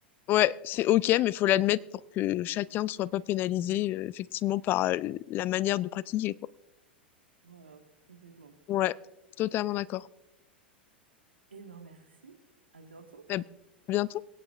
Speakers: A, on the left (about 35°); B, on the right (about 80°).
A: Ouais, c'est ok, mais faut l'admettre pour que chacun ne soit pas pénalisé, euh, effectivement, par euh, la manière de pratiquer, quoi.
B: Voilà, complètement.
A: Ouais, totalement d'accord.
B: Et ben, merci. À bientôt.
A: À bientôt.